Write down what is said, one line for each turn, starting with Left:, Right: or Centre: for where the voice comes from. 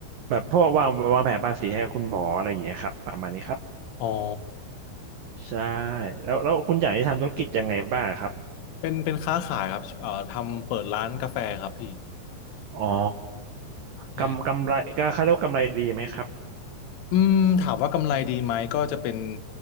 Right: แบบพวกวางวางแผนภาษีให้คุณหมออะไรอย่างเงี้ยครับประมาณนี้ครับ
Left: อ๋อ
Right: ใช่แล้วแล้วคุณหยางที่ทำธุรกิจยังไงบ้างครับ
Left: เป็นเป็นค้าขายครับเอ่อทำเปิดร้านกาแฟครับพี่
Right: อ๋อ
Left: ใช่
Right: กำกำไรก็เขาเรียกว่ากำไรดีไหมครับ
Left: อืมถามว่ากำไรดีไหมก็จะเป็น